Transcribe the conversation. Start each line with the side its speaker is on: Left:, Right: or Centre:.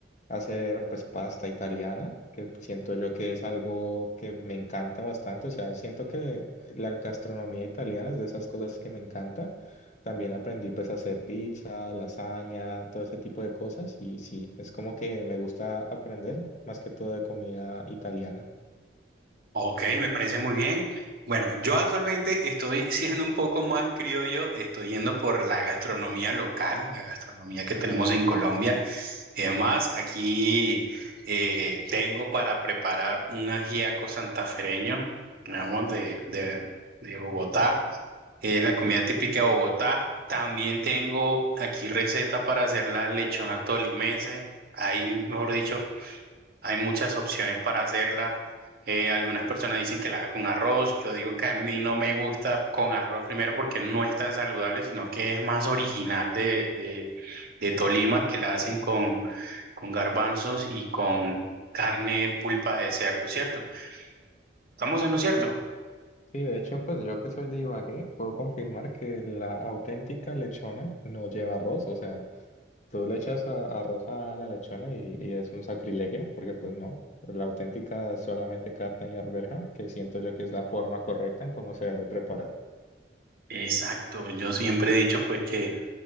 Left: hacer pues pasta italiana, que siento yo que es algo que me encanta bastante, o sea, siento que la gastronomía italiana es de esas cosas que me encanta. También aprendí pues a hacer pizza, lasaña, todo ese tipo de cosas y sí, es como que me gusta aprender más que todo de comida italiana.
Right: Ok, me parece muy bien. Bueno, yo actualmente estoy <laughs> siendo un poco más criollo, estoy yendo por la gastronomía local, la gastronomía que tenemos en Colombia. Y además, aquí eh, tengo para preparar un ajiaco santafereño, digamos, de, de, de Bogotá. Es la comida típica de Bogotá. También tengo aquí receta para hacer la lechona tolimense. Ahí, mejor dicho, hay muchas opciones para hacerla. Eh, algunas personas dicen que la haga con arroz. Yo digo que a mí no me gusta con arroz primero porque no es tan saludable, sino que es más original de, de, de Tolima, que la hacen con, con garbanzos y con carne pulpa de cerdo, ¿cierto? ¿Estamos en lo cierto?
Left: Sí, sí, de hecho pues yo que soy de Ibagué puedo confirmar que la auténtica lechona no lleva arroz, o sea, Tú le echas a- arroz a la lechona y, y es un sacrilegio, porque pues no, la auténtica es solamente carne y arveja, que siento yo que es la forma correcta en cómo se debe preparar.
Right: Exacto. Yo siempre he dicho pues que